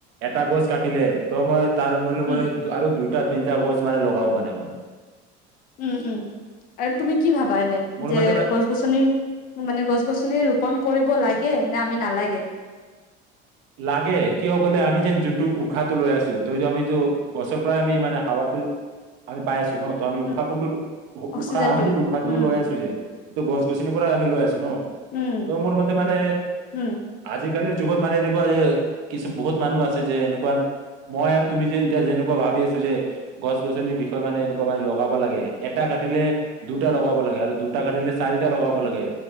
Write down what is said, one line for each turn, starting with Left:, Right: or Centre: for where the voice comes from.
Right: এটা গছ কাটিলে ত মই- তাৰ মান
Left: উম,
Right: মই আৰু দুটা তিনিটা গছ মানে লগাও মানে মই
Left: উম উম আৰু তুমি কি ভাবা। পাইনে
Right: মোৰ
Left: যে
Right: মতে
Left: গছ গছনি মানে গছ গছনি ৰোপন কৰিব লাগে নে আমি নালাগে।
Right: লাগে কিয় কলে আমি যেন যোনটো উশাহটো লৈ আছো ত হেটো আমিতো গছৰ পৰাই আমি হাৱাতো আমি পাই আছো নহঁ ত আমি
Left: উম,
Right: উশাহ কোনটো উ
Left: অক্সিজেনটো
Right: উশাহ আমি যেন উশাহটো
Left: উম,
Right: লৈ আছো যে ত গছ গছনি আমি লৈছো
Left: উম,
Right: ত মোৰ মতে মানে
Left: উম,
Right: আজিকালি জগত মানে এনেকুৱা যে কিছু বহুত মানুহ আছে যে এনেকুৱা মই আৰু তুমি যে এতিয়া যেনেকুৱা ভাবি আছো যে গছ গছনিৰ বিষয়ে মানে এনেকুৱা মানে লগাব লাগে এটা কাটিলে দুটা লগাব লাগে আৰু দুটা কাটিলে চাৰিটা লগাব লাগে